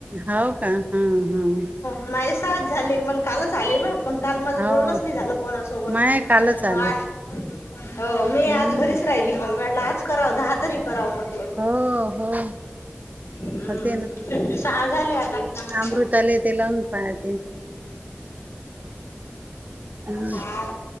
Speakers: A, on the right; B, on the left.
A: हव का हा हा.
B: नाही सात झाले मला कालच आले ना. पण काल माझं बोललच
A: हो
B: नाही झालं कोणासोबत
A: माय कालच
B: मग
A: आलं
B: आज हो मी
A: हम्म
B: आज घरीच राहिली मग म्हटलं आज करावं दहा तरी कराव म्हटल
A: हो हो
B: हम्
A: होते ना
B: सहा झाले आता. का
A: अमृताले
B: <unintelligible>
A: ते लावून पाहायचे हम्म
B: ह